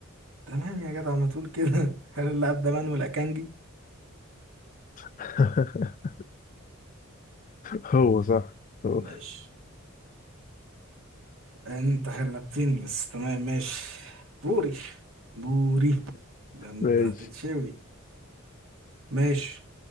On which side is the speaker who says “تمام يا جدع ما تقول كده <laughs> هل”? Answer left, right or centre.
Right